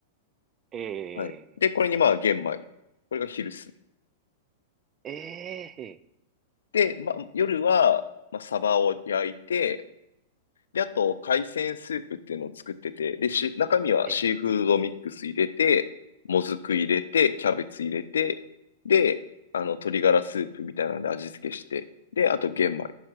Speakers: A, on the right (about 30°); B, on the left (about 85°).
A: ええ
B: はい。で、これにまあ玄米。これが昼っすね。
A: ええ
B: で、まあ、夜は、まあ、サバを焼いて、で、あと、海鮮スープっていうのを作ってて、で、し、中身はシーフードミックス入れて、
A: ええ、
B: もずく入れて、
A: ええ
B: キャベツ入れて、で、あの、鶏ガラスープみたいなんで味付けして、で、あと玄米。